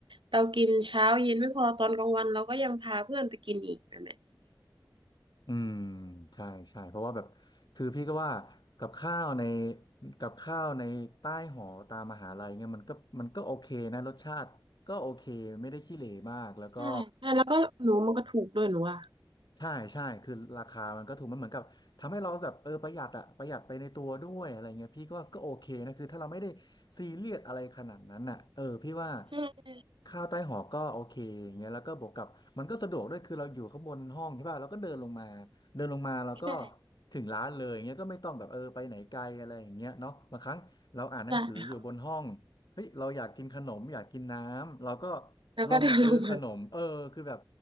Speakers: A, on the right (about 85°); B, on the left (about 60°).
A: เรากินเช้าเย็นไม่พอตอนกลางวันเราก็ยังพาเพื่อนไปกินอีกแบบเนี้ย
B: อืมใช่ใช่เพราะว่าแบบคือพี่ก็ว่ากับข้าวในกับข้าวในใต้หอตามมหาลัยเนี่ยมันก็มันก็โอเคนะรสชาติก็โอเคไม่ได้ขี้เหร่มากแล้วก็
A: ใช่ใช่แล้วก็หนูมันก็ถูกด้วยหนูอ่ะ
B: ใช่ใช่คือราคามันก็ถูกมันเหมือนกับทำให้เราแบบเออประหยัดอะประหยัดไปในตัวด้วยอะไรเงี้ยพี่ก็ก็โอเคนะคือถ้าเราไม่ได้ซีเรียสอะไรขนาดนั้นอะเออพี่ว่า
A: ใช่
B: ข้าวใต้หอก็โอเคอย่างเงี้ยแล้วก็บวกกับมันก็สะดวกด้วยคือเราอยู่ข้างบนห้องใช่ป่ะเราก็เดินลงมาเดินลงมาเราก็
A: ใช่
B: ถึงร้านเลยอย่างเงี้ยก็ไม่ต้องแบบเออไปไหนไกลอะไรอย่างเงี้ยเนาะบางครั้งเราอ่านหนังสืออยู่บนห้อง
A: ใช่ค่ะ
B: เฮ้ยเราอยากกินขนมอยากกินน้ำเราก็
A: แล้วก็เดินลงมา
B: ลงมาซื้อขนมเออคือแบบ